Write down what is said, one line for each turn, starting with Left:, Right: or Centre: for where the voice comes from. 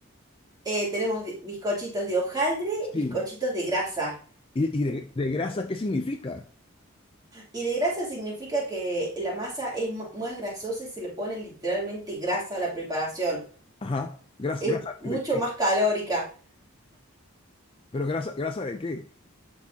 Right: Eh, tenemos de- bizcochitos de hojaldre,
Left: Sí.
Right: bizcochitos de grasa.
Left: ¿Y, y de, de grasa qué significa?
Right: Y de grasa significa que la masa es mu- más grasosa y se le pone literalmente grasa a la preparación.
Left: Ajá, grasa,
Right: Es
Left: grasa
Right: mucho
Left: de qué,
Right: más calórica.
Left: pero grasa, grasa de qué,